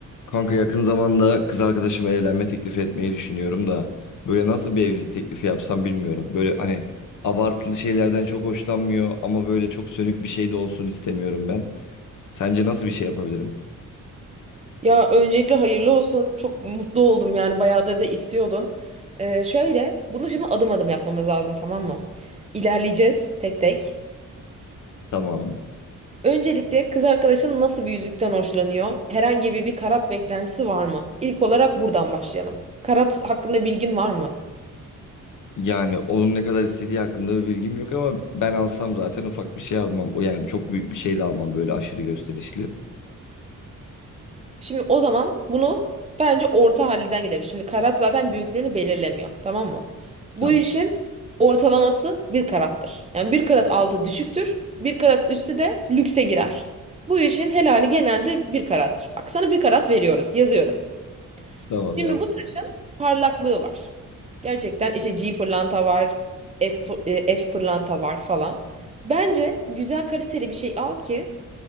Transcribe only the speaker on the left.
Kanka yakın zamanda kız arkadaşıma evlenme teklifi etmeyi düşünüyorum da böyle nasıl bir evlilik teklifi yapsam bilmiyorum. Böyle hani abartılı şeylerden çok hoşlanmıyor ama böyle çok sönük bir şey de olsun istemiyorum ben. Sence nasıl bir şey yapabilirim?
Tamam.
Yani onun ne kadar istediği hakkında bir bilgim yok ama ben alsam zaten ufak bir şey almam. O yani çok büyük bir şey de almam böyle aşırı gösterişli.
Tamam.
Tamam
ya.